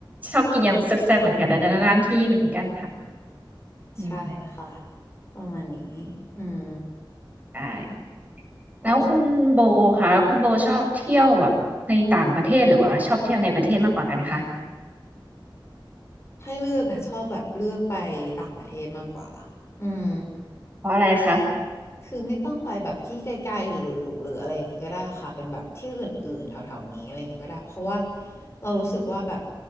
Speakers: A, on the right; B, on the left.
A: ชอบกินยำแซ่บแซ่บเหมือนกันแต่นานๆที่เหมือนกันค่ะอืม
B: ใช่ค่ะประมาณนี้อืม
A: ใช่
B: โอเค
A: แล้วคุณโบคะคุณโบชอบเที่ยวแบบในต่างประเทศหรือว่าชอบเที่ยวในประเทศมากกว่ากันคะ
B: ให้เลือกนะชอบแบบเลือกไปต่างประเทศมากกว่าอืม
A: เพราะอะไรคะ
B: คือไม่ต้องไปแบบที่ไกลๆหรือหรูๆหรืออะไรอย่างงี้ก็ได้ค่ะเป็นแบบที่อื่นๆแถวๆนี้อะไรอย่างงี้ก็ได้เพราะว่าเรารู้สึกว่าแบบ